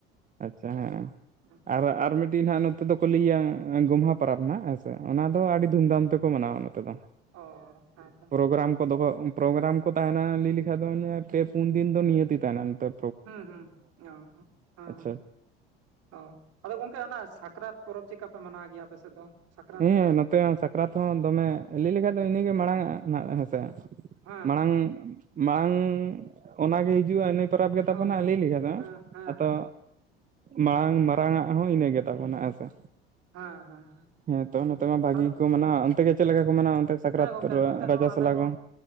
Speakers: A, on the right; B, on the right.
A: <unintelligible> ᱟᱪᱪᱷᱟ ᱦᱮᱸ
B: ᱦᱮᱸ
A: ᱟᱨ ᱟᱨ ᱢᱤᱫᱴᱤᱡ ᱱᱟᱦᱟᱜ ᱱᱚᱛᱮ ᱫᱚᱠᱚ ᱞᱟᱹᱭᱟ ᱜᱚᱢᱦᱟ ᱯᱟᱨᱟᱵᱽ ᱱᱟᱸᱜ ᱦᱮᱸ ᱥᱮ ᱚᱱᱟ ᱫᱚ ᱟᱹᱰᱤ ᱫᱷᱩᱢᱫᱷᱟᱢ ᱛᱮᱠᱚ ᱢᱟᱱᱟᱣᱟ ᱱᱚᱛᱮ ᱫᱚ᱾
B: ᱚᱸ ᱦᱮᱸ ᱛᱚ᱾
A: ᱯᱨᱳᱜᱨᱟᱢ ᱠᱚ ᱫᱚᱦᱚ ᱯᱨᱳᱜᱨᱟᱢ ᱠᱚ ᱛᱟᱦᱮᱱᱟ ᱞᱟᱹᱭ ᱞᱮᱠᱷᱟᱡ ᱫᱚ ᱚᱱᱮ ᱯᱮ ᱯᱩᱱ ᱫᱤᱱ ᱫᱚ ᱱᱤᱭᱟᱹᱛᱤ ᱛᱟᱦᱮᱱᱟ᱾ ᱱᱮᱛᱟᱨ᱾
B: ᱦᱩᱸ ᱦᱩᱸ ᱚ ᱦᱮᱸ᱾
A: ᱟᱪᱪᱷᱟ
B: ᱚ, ᱟᱫᱚ ᱜᱚᱝᱠᱮ ᱚᱱᱟ ᱥᱟᱠᱨᱟᱛ ᱯᱚᱨᱚᱵᱽ ᱪᱮᱫᱠᱟ ᱯᱮ ᱢᱟᱱᱟᱣ ᱜᱮᱭᱟ ᱟᱯᱮ ᱥᱮᱫ ᱫᱚ? ᱥᱟᱠᱨᱟᱛ
A: ᱦᱮᱸ
B: ᱠᱚ
A: ᱱᱚᱛᱮ ᱦᱚᱸ ᱥᱟᱠᱨᱟᱛ ᱦᱚᱸ ᱫᱚᱢᱮ ᱞᱟᱹᱭ ᱞᱮᱠᱷᱟᱡ ᱫᱚ ᱤᱱᱟᱹᱜᱮ ᱢᱟᱲᱟᱝ ᱱᱟᱜ ᱦᱮᱸᱥᱮ᱾
B: ᱦᱮᱸ
A: ᱢᱟᱲᱟᱝ
B: ᱦᱮᱸ
A: ᱢᱟᱲᱟᱝ ᱚᱱᱟᱜᱮ ᱦᱤᱡᱩᱜᱼᱟ ᱤᱱᱟᱹ ᱛᱚᱨᱚᱵᱽ ᱜᱮᱛᱟ
B: ᱦᱳᱭ
A: ᱵᱚᱱᱟ
B: ᱦᱳᱭ
A: ᱞᱟᱹᱭ ᱞᱮᱠᱷᱟᱡ ᱫᱚ,
B: ᱦᱮᱸ ᱦᱮᱸ
A: ᱟᱫᱚ
B: ᱦᱮᱸ
A: ᱢᱟᱲᱟᱝ ᱢᱟᱨᱟᱝᱟᱜ ᱦᱚᱸ ᱤᱱᱟᱹ ᱜᱮᱛᱟᱵᱚᱱᱟ, ᱦᱮᱸ ᱥᱮ?
B: ᱦᱮᱸ ᱦᱮᱸ ᱦᱮᱸ᱾
A: ᱦᱮᱸ ᱛᱚ ᱱᱚᱛᱮ ᱢᱟ ᱵᱷᱟᱜᱤ
B: ᱟᱫᱚ
A: ᱜᱮᱠᱚ ᱢᱟᱱᱟᱣᱼᱟ ᱚᱱᱛᱮ ᱜᱮ ᱪᱮᱫ ᱞᱮᱠᱟ ᱠᱚ ᱢᱟᱱᱟᱣᱟ ᱚᱱᱛᱮ ᱥᱟᱠᱨᱟᱛ
B: ᱦᱮᱸ ᱜᱚᱝᱠᱮ
A: ᱨᱟ
B: ᱱᱚᱛᱮ
A: ᱨᱟᱡᱟ
B: ᱦᱚᱸ ᱟᱞᱮ
A: ᱥᱟᱞᱟ
B: ᱦᱚᱸ
A: ᱠᱚ?